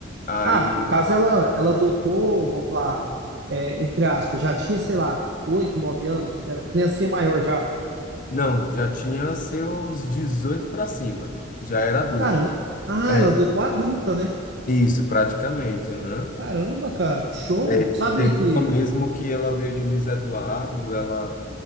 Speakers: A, on the left (about 45°); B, on the right (about 65°).
A: Aí,
B: Ah, no caso ela, ela adotou, vamos falar, é, entre aspas, já tinha, sei lá, oito, nove anos, era criancinha maior já.
A: não, já tinha seus 18 para cima. Já era adulta.
B: Caramba. Ah,
A: É,
B: ela adotou adulta, né?
A: isso, praticamente. aham.
B: Caramba, cara, que show.
A: É,
B: Sabia
A: teve
B: que.
A: uma mesmo que ela veio de Luiz Eduardo, ela,